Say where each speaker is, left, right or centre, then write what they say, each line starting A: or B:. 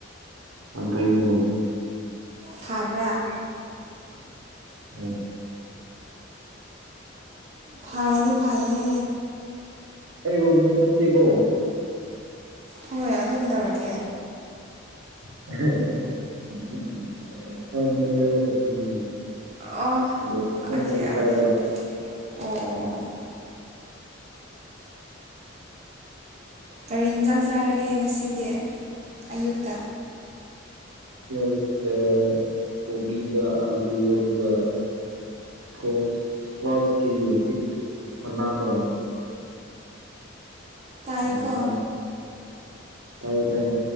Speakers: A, on the right; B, on the right.
A: ꯌꯥꯝ ꯐꯩꯅꯦ
B: ꯐꯥꯕ꯭ꯔꯥ
A: ꯎꯝ
B: ꯐꯥꯗꯤ ꯐꯩꯌꯦ
A: ꯑꯩ ꯔꯣꯡꯃꯩ ꯅꯠꯇꯦꯀꯣ
B: ꯍꯣꯏ ꯑꯗꯨ ꯀꯩꯗꯧꯔꯒꯦ
A: <unintelligible>
B: ꯑꯣ
A: ꯑꯗꯨ
B: ꯑꯣꯀꯦ
A: ꯑꯩ ꯉꯁꯥꯏꯗꯤ
B: ꯑꯣꯀꯦ
A: ꯇꯥꯏꯌꯦꯕ
B: ꯑꯣ ꯑꯣ ꯑꯣ
A: ꯎꯝ
B: ꯀꯔꯤ ꯍꯤꯟꯖꯥꯡ ꯆꯥꯔꯒꯦ ꯉꯁꯤꯗꯤ ꯑꯌꯨꯛꯇ
A: ꯉꯁꯤꯒꯤ ꯌꯛꯇ ꯀꯣꯕꯤꯒ ꯑꯂꯨ ꯑꯗꯨꯒ ꯀꯣꯁ ꯁꯀ꯭ꯋꯥꯁꯀꯤ ꯍꯧꯖꯤꯛ ꯃꯅꯥꯗꯣ
B: ꯇꯥꯏꯌꯦꯀꯣ
A: ꯑꯗꯨ ꯆꯥꯏ ꯇꯥꯏꯌꯦ ꯇꯥꯏꯌꯦ